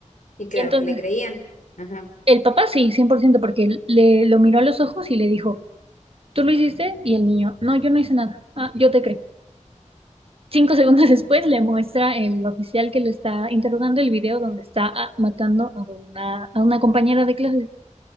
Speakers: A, on the left (about 80°); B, on the right (about 50°).
A: y claro
B: Y entonces,
A: que le creían. Ajá,
B: el papá sí, 100% porque él le lo miró a los ojos y le dijo, ¿tú lo hiciste? Y el niño, no, yo no hice nada. Ah, yo te creo. Cinco <laughs> segundos después le muestra el oficial que lo está interrogando el video donde está ah, matando a una, a una compañera de clase.